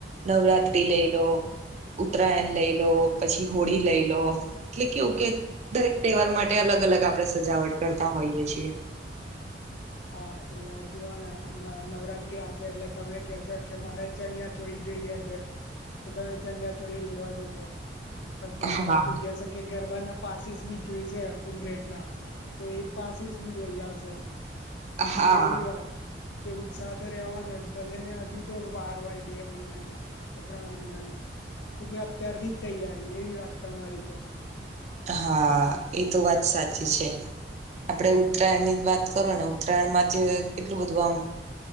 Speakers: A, on the right; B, on the left.
A: નવરાત્રી લઈ લો ઉત્તરાયણ લઈ લો પછી હોળી લઈ લો એટલે કેવું કે દરેક તહેવાર માટે અલગ અલગ આપણે સજાવટ કરતા હોઈએ છીએ
B: <inaudible> હા એટલે જુવા ને હમણાં નવરાત્રી આવશે એટલે તમે કેશો કે મારે ચણિયા ચોળી જોઈએ છે તો તમે ચણિયા ચોળી લેવા જોશો પછી
A: હા
B: પાછું કે છે કે ગરબાના પાસીસ બી જોયશે ઉમરેટ ના તો એ પાસ એ બી લઈ આવજો એટલે
A: હા
B: એ વાત કે ઉત્સાહ તો રહેવાનો જ ભલે ને હજુ તો વાર હોય બે મહિનાની કે ત્રણ મહિનાની તો અત્યારથી જ તૈયારી એવી વાત તમારી તો
A: હા એ તો વાત સાચી છે આપડણે ઉત્તરાયણ ની જ વાત કરો ને ઉત્તરાયણ માંથી કેટલું બધું આમ